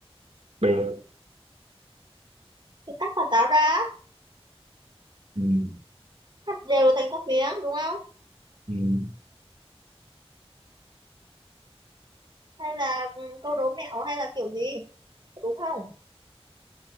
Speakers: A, on the right; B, on the right.
A: được
B: được cắt quả táo ra á,
A: ừ,
B: cắt đều thành các miếng đúng không
A: ừ.
B: hay là ừ, câu đố mẹo hay là kiểu gì đúng không